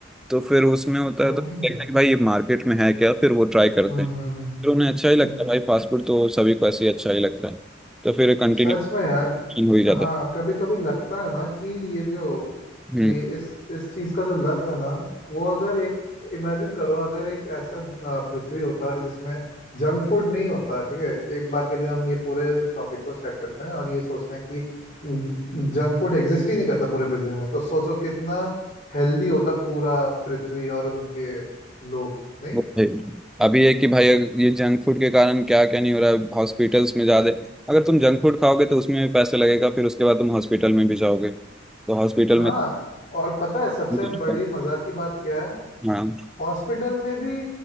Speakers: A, in the centre; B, on the left (about 40°).
A: तो फिर उसमें होता
B: वही
A: है तो देखते हैं कि भाई ये मार्केट में है क्या फिर वो ट्राई करते
B: हम्म
A: हैं
B: हम्म हम्म
A: फिर उन्हें अच्छा ही
B: हम्म।
A: लगता है भाई फास्ट फूड तो सभी को ऐसे ही अच्छा ही लगता है तो फिर कंटिन्यू
B: सच में यार
A: हो ही जाता
B: हाँ कभी कभी लगता है ना कि ये जो
A: है
B: ये इस इस चीज का जो लत है ना वो अगर एक इमेजिन करो अगर एक ऐसा आ, पृथ्वी होता है जिसमें जंक फूड नहीं होता ठीक है एक बार के लिए हम ये पूरे टॉपिक को सेट करते हैं और ये सोचते हैं कि हम्म, जंक फूड एग्जिस्ट ही नहीं करता पूरे पृथ्वी में तो सोचो कितना हेल्दी होता पूरा पृथ्वी और उनके लोग नहीं
A: वो है। अभी है कि भाई अगर ये जंक फूड के कारण क्या क्या नहीं हो रहा है हॉस्पिटल्स में ज्यादा अगर तुम जंक फूड खाओगे तो उसमें भी पैसे लगेगा फिर उसके बाद तुम हॉस्पिटल में भी जाओगे तो हॉस्पिटल
B: हाँ
A: में
B: और पता है सबसे
A: <laughs>
B: बड़ी मजा की बात क्या है
A: हाँ
B: हॉस्पिटल में भी